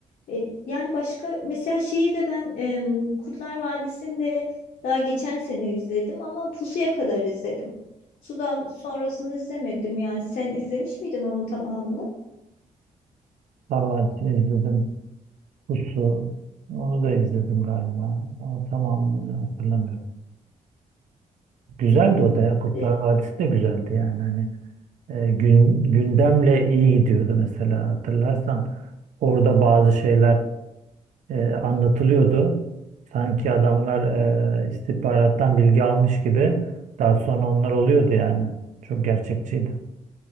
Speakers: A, on the left (about 90°); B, on the right (about 65°).
A: E, yani başka mesela şeyi de ben em, Kurtlar Vadisi'nde daha geçen sene izledim ama Pusu'ya kadar izledim. Sudan sonrasını izlemedim yani. Sen izlemiş miydin onun tamamını?
B: Sarvancı'nı izledim. Pusu. Onu da izledim galiba. Ama tamamını hatırlamıyorum. Güzeldi o da ya. Kurtlar
A: E,
B: Vadisi de güzeldi yani. Hani e, gün, gündemle iyi gidiyordu mesela hatırlarsan. Orada bazı şeyler e, anlatılıyordu. Sanki adamlar e, istihbarattan bilgi almış gibi. Daha sonra onlar oluyordu yani. Çok gerçekçiydi.